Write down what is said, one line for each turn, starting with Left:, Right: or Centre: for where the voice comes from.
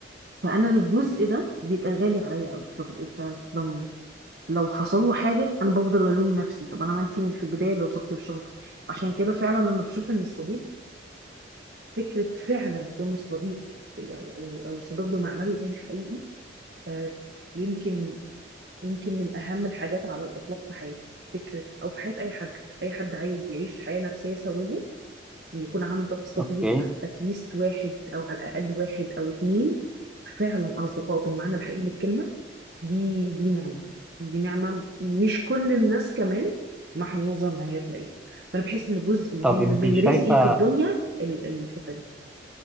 Right: فانا الجزء ده بيبقى غالي عليا قوي فببقى فلو لو حصل له حاجه انا بفضل الوم نفسي طب انا ما انت من في البدايه لو وثقت في الشخص ده عشان كده فعلا لما بشوف ان الصديق فكره فعلا كون الصديق يعني- او أو صديق بمعناه الحقيقي آه، يمكن يمكن من اهم الحاجات على الاطلاق في حياتي فكره او في حياه اي حد اي حد عايز يعيش حياه نفسيه سويه ان يكون عندك صديق
Centre: اوكي
Right: اتليست واحد او على الاقل واحد او اتنين فعلا اصدقاء بالمعنى الحقيقي للكلمه دي دي نعمة دي نعمة مش كل الناس كمان محظوظة ان هي تلاقيها فانا بحس ان جزء مهم
Centre: طب
Right: من
Centre: انت شايفه
Right: رزقي في الدنيا ال- الحتة دي